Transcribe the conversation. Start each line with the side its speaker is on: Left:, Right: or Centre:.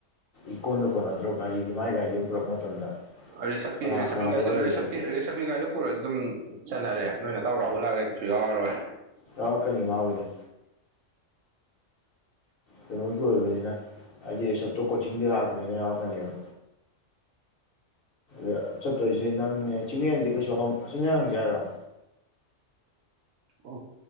Left: ꯏ ꯀꯣꯟꯗ ꯀꯣꯟꯅꯗ꯭ꯔꯣ ꯒꯥꯔꯤꯗꯤ ꯃꯥꯏ ꯒꯥꯔꯤ ꯑꯃ ꯄꯨꯔꯛꯄ ꯃꯇꯝꯗ
Right: ꯔꯦꯁꯞꯀꯤ
Left: ꯀꯅꯥ
Right: ꯔꯦꯁꯞꯀꯤꯒꯥꯔꯤꯘꯣ
Left: ꯀꯅꯥꯕꯨ ꯌꯥꯎꯗꯣꯔꯤꯒꯦ
Right: ꯔꯦꯁꯞꯀꯤ ꯔꯦꯁꯞꯀꯤꯒꯥꯔꯤꯘꯣ ꯄꯨꯔꯘꯤ ꯑꯗꯨꯝ ꯆꯠꯅꯔꯦ ꯅꯣꯏ ꯅꯇꯥꯎ ꯔꯥꯍꯨꯟ ꯍꯥꯏꯔꯦ ꯀꯩꯁꯨ ꯌꯥꯎꯔꯣꯏ
Left: ꯌꯥꯎꯔꯛꯀꯅꯤ ꯃꯥꯕꯨꯘꯤ ꯀꯩꯅꯣꯒꯤ ꯑꯣꯏꯕꯅꯤꯅ ꯍꯥꯏꯗꯤ ꯁꯞꯇꯣ ꯀꯣꯆꯤꯡꯗꯤ ꯂꯥꯛꯄꯅꯤꯅ ꯌꯥꯎꯔꯛꯀꯅꯤꯕ ꯑ ꯆꯠꯇꯣꯏꯁꯦ ꯅꯪꯅꯦ ꯆꯤꯡꯂꯦꯟꯗꯤ ꯀꯩꯁꯨ ꯆꯤꯡꯂꯦꯟ ꯍꯪꯁꯦ ꯍꯥꯏꯔꯣ
Right: ꯎ